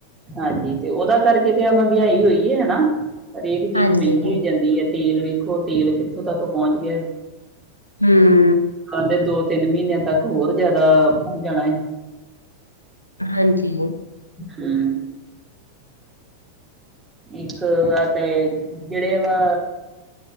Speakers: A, on the right; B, on the left.
A: ਹਾਂਜੀ, ਤੇ ਉਹਦਾ ਕਰਕੇ ਤੇ ਆ ਮਹਿੰਗਾਈ ਹੋਈ ਹੈ, ਹਨਾ ਹਰੇਕ ਚੀਜ਼
B: ਹਾਂਜੀ,
A: ਮਹਿੰਗੀ
B: ਹੂੰ।
A: ਹੋ ਜਾਂਦੀ ਹੈ। ਤੇਲ ਵੇਖੋ ਤੇਲ ਕਿੱਥੋਂ ਤੱਕ ਪਹੁੰਚ ਗਿਆ ਹੈ।
B: ਹੂੰ
A: ਦੇ ਦੋ ਤਿੰਨ ਮਹੀਨਿਆਂ ਤੱਕ ਹੋਰ ਜਿਆਦਾ ਪਹੁੰਚ ਜਾਣਾ ਏ।
B: ਹਾਂਜੀ।
A: ਹੂੰ ਇੱਕ ਏ ਤੇ ਜਿਹੜੇ ਵਾ